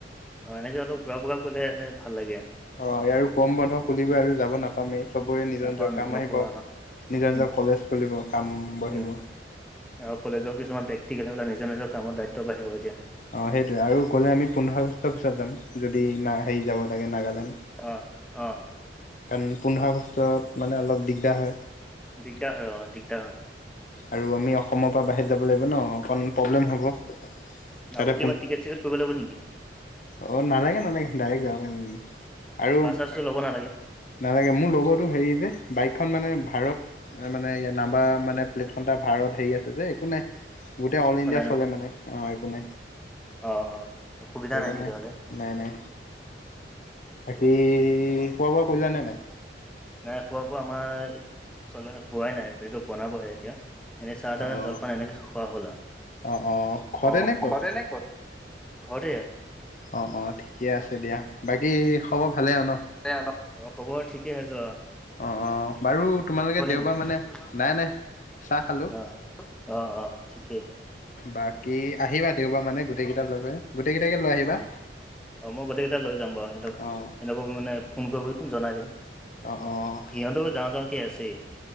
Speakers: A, in the centre; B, on the left (about 45°).
A: অঁ এনেকে অলপ ঘূৰা ফুৰা কৰিলে মানে ভাল লাগে আ।
B: অ আৰু গম বন্ধ খুলিবই আৰু যাব নাপামেই চবৰে নিজৰ
A: নাপা
B: নিজৰ কাম
A: নোপোৱা
B: আহিব। নিজৰ
A: উম
B: নিজৰ কলেজ খুলিব কাম বহিব।
A: উম আৰু কলেজৰ কিছু প্ৰেক্টিকেলে নিজ নিজৰ কামৰ দায়িত্ব বাঢ়িব এতিয়া।
B: অঁহ সেইটোৱে আৰু গ'লে আমি পোন্ধৰ আগষ্টৰ পিছত যাম যদি না হেৰি যাব লাগে নাগালেণ্ড।
A: অঁ অঁ।
B: কাৰণ পোন্ধৰ আগষ্টত মানে অলপ দিগদাৰ হয়।
A: দিগদাৰ হয় অঁ দিগদাৰ হয়।
B: আৰু আমি অসমৰ পৰা বাহিৰত যাব লাগিব ন, অকণ প্ৰব্লেম হ'ব। তাতে
A: আকৌ কিব টিকেট চিকেট কৰিব লাগিব নেকি?
B: অঁহ নালাগে নালাগে ডাইৰেক্ট যাব পাৰিম আমি আৰু
A: বাছ চাছটো ল'ব নালাগে?
B: নালাগে মোৰ লগতো হেৰি যে বাইকখন মানে ভাৰত মানে ইয়াৰ নাম্বাৰ মানে প্লেটখন তাৰ ভাৰত হেৰি আছে যে একো নাই গোটেই অল
A: একো
B: ইণ্ডিয়া
A: নাই ন
B: চলে মানে অঁহ একো নাই।
A: অ অ অসুবিধা
B: একো
A: নাই তেতিয়া হ'লে।
B: নাই নাই বাকী খোৱা বোৱা কৰিলানে নাই?
A: নাই খোৱা বোৱা আমাৰ চল হোৱাই নাই এইটো বনাবহে এতিয়া। এনেই চাহ তাহ
B: অ অ
A: জলপান এনেকে খোৱা হ'ল আও।
B: অ অ ঘৰতে
A: অঁ
B: নে ক'ত
A: ঘৰতে নে? ঘৰতে এইয়া।
B: অঁ অঁ ঠিকে আছে দিয়া, বাকী খবৰ ভালে আও ন।
A: আও ন খবৰ ঠিকে যোৱা।
B: অঁ অঁ বাৰু তোমালোকে দেওবাৰ
A: নেকি
B: মানে, নাই নাই চাহ খালো।
A: অ অ অ ঠিকে।
B: বাকী আহিবা দেওবাৰ মানে গোটেই কেইটা লগ হৈ, গোটেই কেইটাকে লৈ আহিবা।
A: অ মই গোটেই লৈ যাম বাৰু সিহঁতক
B: অ',
A: হেহঁতক মানে ফোন কৰিব জনাই দিম,
B: অ', অ',
A: সিহঁতও যাওঁ যাওঁকৈ আছেই।